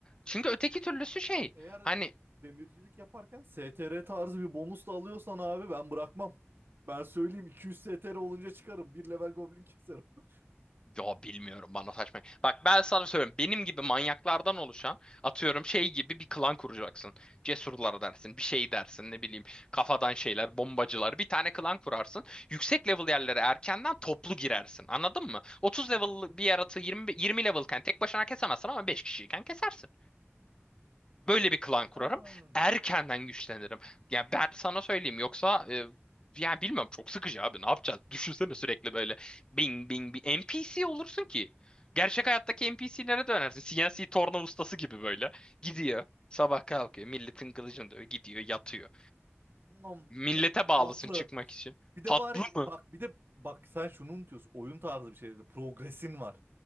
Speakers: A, on the left; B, on the right.
A: Çünkü öteki türlüsü şey.
B: Bak eğer
A: Hani
B: demircilik yaparken STR tarzı bir bonus da alıyorsan abi ben bırakmam. Ben söyleyeyim 200 STR olunca çıkarım. Bir level goblin keserim. <laughs>
A: Yo bilmiyorum bana saçma. Bak ben sana söylüyorum. Benim gibi manyaklardan oluşan atıyorum şey gibi bir klan kuracaksın. Cesurlar dersin, bir şey dersin ne bileyim kafadan şeyler, bombacılar. Bir tane klan kurarsın. Yüksek level yerlere erkenden toplu girersin. Anladın mı? 30 level bir yaratığı 20, 20 levelken tek başına kesemezsin ama 5 kişiyken kesersin. Böyle bir klan kurarım.
B: Yani.
A: Erkenden güçlenirim. Ya ben sana söyleyeyim yoksa e, yani bilmiyorum çok sıkıcı abi ne yapacağız? Düşünsene sürekli böyle bing bing bir NPC olursun ki. Gerçek hayattaki NPC'lere dönersin. CNC torna ustası gibi böyle. Gidiyor. Sabah kalkıyor. Milletin kılıcını dövüyor. Gidiyor yatıyor.
B: Nom,
A: Millete
B: nom,
A: bağlısın
B: tatlı.
A: çıkmak için.
B: Bir
A: Tatlı
B: de var
A: mı?
B: bak bir de bak sen şunu unutuyorsun. Oyun tarzı bir şeyde Progresin var.